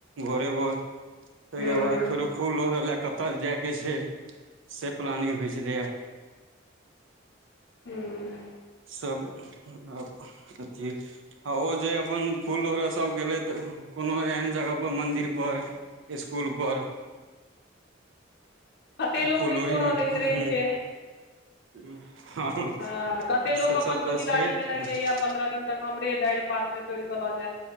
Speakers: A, on the right; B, on the left.
A: भोरे भोर ताहिके
B: हूँ
A: बाद फेरो फूल लोढ़ऽ लए कतऽ जाइके छै से प्लानिंग होइ छलैए।
B: हूँ
A: सब <unintelligible> आब अथी आ ओ जे अपन फूल लोढ़ऽ सब गेलेथ कोनो एहन जगह पर मंदिर पर इसकुल पर
B: कते लोक
A: फुल
B: नहि
A: लोढ़ी
B: तोड़ऽ
A: में
B: दैत
A: ह्म
B: रहै
A: हू
B: छै
A: <unintelligible> ह
B: हँ कते
A: ह
B: लोक
A: से
B: अपन
A: सब
B: चौकीदारी
A: तऽ छै
B: मे लागि
A: ह।
B: जाइया पन्द्रह दिन तक हमरे डाढ़ि पात नहि तोड़ कऽ लऽ जाय।